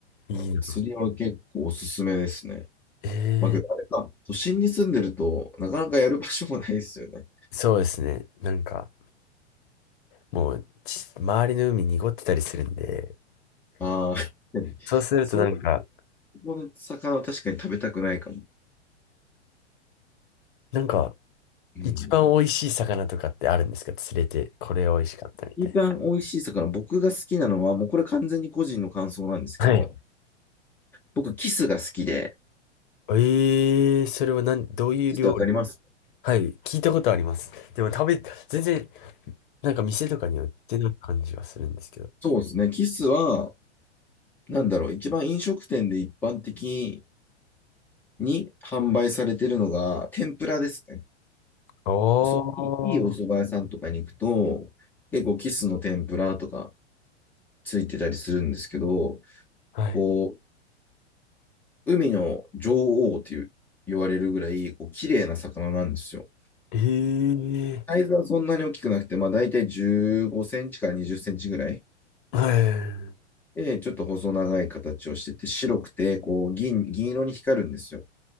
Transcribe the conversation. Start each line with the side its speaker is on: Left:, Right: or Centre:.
Left: いいな。
Centre: ら、釣りは結構おすすめですね。
Left: ええ
Centre: まあけど、あれか、都心に住んでると、なかなかやる場所もないですよね。
Left: そうですね。なんか、もう、ち周りの海濁ってたりするんで、
Centre: ああ、<laughs>
Left: そうするとなんか、
Centre: そういうこの魚は確かに食べたくないかも。
Left: なんか、
Centre: うん。
Left: 一番美味しい魚とかってあるんですか釣れて、これ美味しかったみたい
Centre: 一番美味しい魚、僕が好きなのは、もうこれ完全に個人の感想なんですけど、
Left: な。はい。
Centre: 僕、キスが好きで、
Left: ええー、それは何、どういう料理
Centre: ちょっとわかります
Left: はい、聞いたことあります。でも食べ、全然、なんか店とかには売ってない感じがするんですけど。
Centre: そうですね。キスは、なんだろう、一番飲食店で一般的に販売されてるのが、天ぷらですね。
Left: ああ、
Centre: おそいいいお蕎麦屋さんとかに行くと、結構キスの天ぷらとかついてたりするんですけど、
Left: はい。
Centre: こう、海の女王っていう言われるぐらい、こう、綺麗な魚なんですよ。
Left: ええ
Centre: サイズはそんなに大きくなくて、まあ大体15センチから20センチぐらい。
Left: ー、は
Centre: で、ちょっと細長い形をしてて、白くて、こう、銀、銀色に光るんですよ。